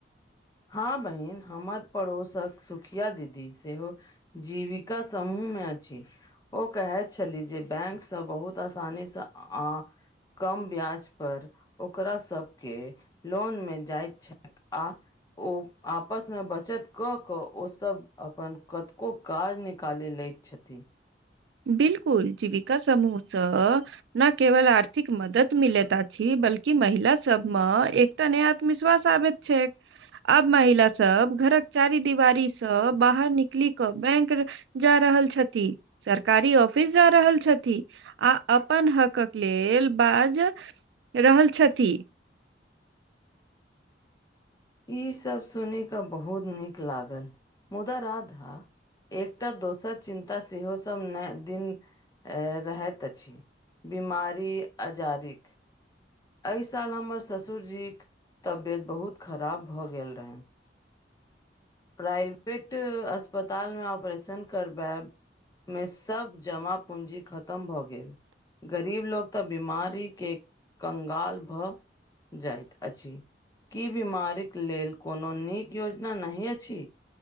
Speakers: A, on the left; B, on the right.
A: हँ बहिन हमर पड़ोसक सुखिया दीदी सेहो जीविका समूहमे अछि ओ कहैत छलीह जे बैंक सँ बहुत आसानी से आ कम ब्याज पर ओकरा सभके लॉन मऽ जाइत छै आ ओ आपस मे बचत क क ओ सब अपन कतको काज निकाले ले छथि
B: बिलकुल जीविका समूहसँ न केवल आर्थिक मदद मिलेत अछी बल्कि महिला सभमे एक तनि आत्मविस्वास आबे छै आब महिला सब घरक चारी दिवारीसँ बाहर निकलि क बैंक जा रहल छथि कारी ऑफिस जा रहल छथि आ अपन हकक लेल बाज रहल छथि
A: ईसभ सुन कऽ बहुत नीक लागल मुदा रााधा एकतऽ दोसर चिन्ता सेहो सब नहि दिन रहैत अछि बीमारी अजादिक एहि साल हमर ससुर जीक के तबियत बहुत खराब भऽ गेल रहेन प्राइवेट अस्पतालमे ऑपरेशन करबैब मे सब जमा पूंजी खतम भऽ गेल गरीब लोक तऽ बीमारीके कंगाल भऽ जाइत अछि की बीमारीक लेल कोनो नीक योजना नहि अछि